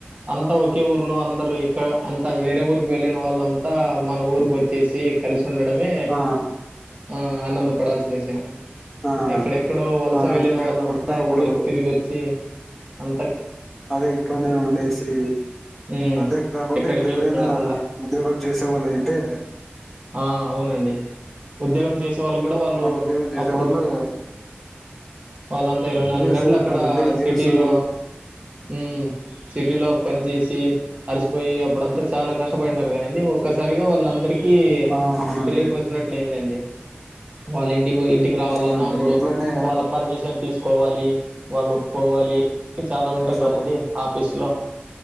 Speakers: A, on the right; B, in the centre.
A: అంతా ఒకే ఊర్లో అందరూ ఇక్కడ అంతా వేరే ఊరికి వెళ్ళిన వాళ్ళంతా మన ఊరికి వచ్చేసి కలిసి ఉండడమే
B: ఆ
A: ఆ ఆనందపడాల్సిన విషయం
B: ఆ
A: ఎక్కడెక్కడో వలస
B: ఆ
A: వెళ్ళిన
B: అంతేకాకుండా
A: వాళ్ళంతా
B: ఇప్పుడు
A: ఊరికి చే అం
B: అదే ఇంట్లోనే ఉండేసి
A: ఉమ్
B: అంతేకాకుండా
A: ఎక్కడికి
B: ఇప్పుడు ఎవరైనా
A: వెళ్ళకుండా
B: ఉద్యోగం చేసేవాళ్ళ అయితే
A: ఆ అవునండి ఉద్యోగం చేసే వాళ్ళు కూడా వాళ్ళు
B: ఉద్యోగం చేసే
A: అప్పుడు
B: వాళ్ళు
A: వాళ్ళంతా ఇరవై నాలుగు
B: లీవ్స్
A: గంటలు
B: ఇవ్వరు
A: అక్కడ
B: కదండి లీవ్స్
A: సిటీలో ఉమ్ సిటీలో పని చేసి అలసిపోయి ఇప్పుడంతా చాలా కష్టపడినారు కానీ నీ ఒక్కసారిగా వాళ్ళందరికి కి
B: ఆ అవునండి
A: బ్రేక్ వచ్చినట్లయిందండి వాళ్ళింట్లో ఇంటికి రావాలన్న
B: అవునండి
A: అప్పుడు
B: ఇంట్లోనే
A: వాళ్ళ పర్మిషన్ తీసుకోవాలి వాళ్ళు ఒప్పుకోవాలి చాలా
B: లీవ్స్
A: ఉంటాయి కదండి ఆఫీసులో